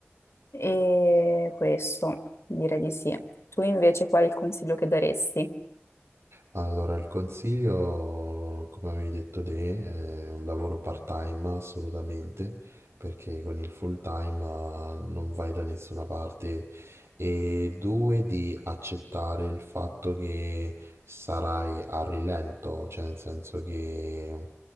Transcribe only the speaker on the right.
Allora, il consiglio, come avevi detto te, è un lavoro part-time assolutamente, perché con il full-time eh, non vai da nessuna parte. E due, di accettare il fatto che sarai a rilento, cioè nel senso che,